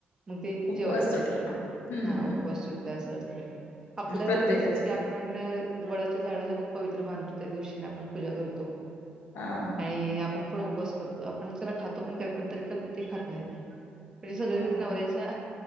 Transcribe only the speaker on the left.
उपवास
सुटला
हम्म
हम्म
प्रत्येकाचे
हा.
हा